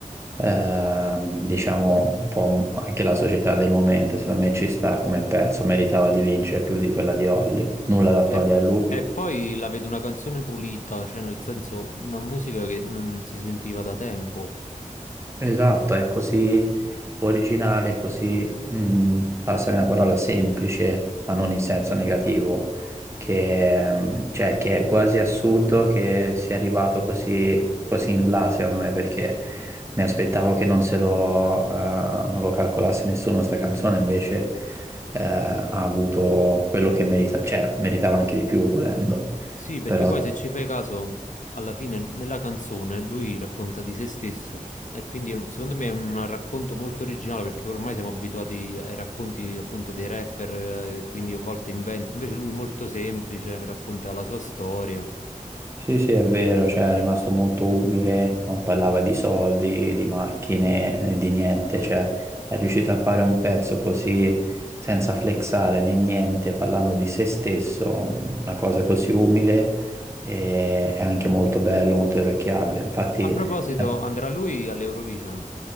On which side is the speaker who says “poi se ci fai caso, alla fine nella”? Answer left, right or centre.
Left